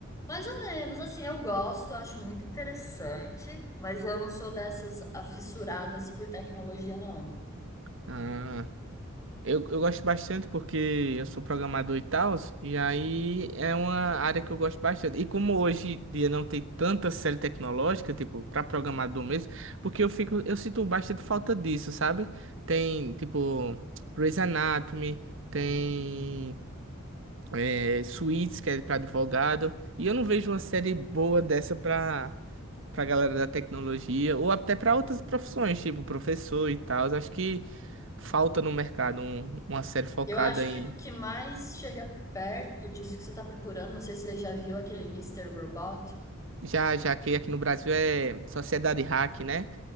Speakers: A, on the left (about 15°); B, on the right (about 65°).
A: mais ou menos, assim, eu gosto, eu acho muito interessante, mas eu não sou dessas afissuradas por tecnologia, não.
B: Ah, eu, eu gosto bastante porque eu sou programador e tal, e aí é uma área que eu gosto bastante. E como hoje em dia não tem tanta série tecnológica, tipo, para programador mesmo, porque eu fico, eu sinto bastante falta disso, sabe? Tem, tipo, Grey's Anatomy, tem é, Suits, que é para advogado, e eu não vejo uma série boa dessa pra. pra galera da tecnologia, ou até pra outras profissões, tipo professor e tal. Acho que falta no mercado um- uma série focada
A: Eu acho que
B: em.
A: o que mais chega perto disso que você está procurando, não sei se você já viu aquele Mister Robot.
B: Já, já que aqui no Brasil é Sociedade Hack, né?